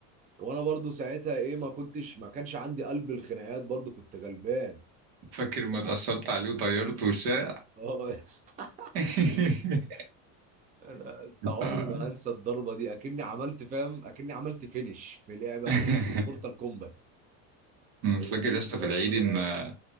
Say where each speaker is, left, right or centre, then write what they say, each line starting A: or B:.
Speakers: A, on the right; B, on the right.
A: وانا برضه ساعتها ايه ما كنتش ما كانش عندي قلب الخناقات برضه كنت غلبان
B: فاكر
A: <laughs>
B: ما اتأثرت عليه وطيرته وشاع
A: اه يا اسطى
B: <laughs>
A: انا يا اسطى عمري
B: آه.
A: ما هنسى الضربه دي اكني عملت فاهم اكني عملت فينش في لعبه
B: <laughs>
A: في مورتال كومبات اديته
B: فاكر يا اسطى في
A: يا
B: العيد
A: اسطى
B: ما